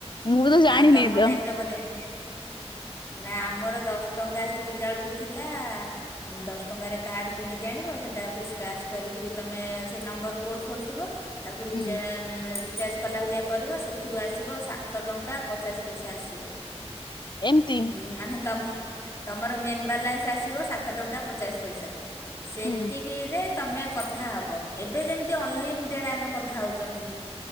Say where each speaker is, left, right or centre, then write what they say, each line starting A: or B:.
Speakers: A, on the left; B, on the left.
A: ମୁଁ ତ ଜାଣିନି
B: ଆଉ ତମ
A: ତ
B: ଟାଇମରେ ବୋଧେ ଗୋ ହଁ <inaudible> ନା ଆମର ଦଶ ଟଙ୍କା ସେତିକି ବେଳକୁ ଥିଲା ଦଶ ଟଙ୍କାରେ କାର୍ଡ କିଣିକି ଆଣିବ ସେଟାକୁ ସ୍କାର୍ଚ କରିକି ତମେ ସେ ନମ୍ବର କୋଡ୍ ଫୋଡ ଥିବ ତାକୁ ରିଚା
A: ହୁଁ।
B: ମ ରିଚା ରିଚାର୍ଜ କଲା ଭଳିଆ କରିବ ସେଥିରୁ ଆସିବ ସାତ ଟଙ୍କା ପଚାଶ ପଇସା ଆସିବ।
A: ଏମିତି
B: ହୁଁ ମାନେ ତମ ତମର ମେନ୍ ବାଲାନ୍ସ ଆସିବ ସାତ ଟଙ୍କା ପଚାଶ ପଇସା। ସେତିକିରେ
A: ହୁଁ
B: ତମେ କଥା ହବ ଏବେ ଯେମିତି ଅନଲିମିଟେଡ଼୍ ଆମେ କଥା ହଉଛନ୍ତି